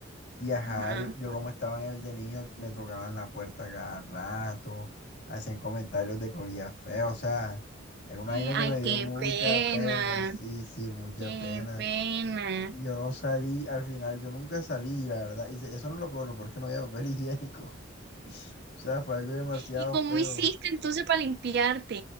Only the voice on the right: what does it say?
Ajá.
Eh,
Ay,
qué
pena,
qué
pena.
¿Y cómo
hiciste entonces para limpiarte?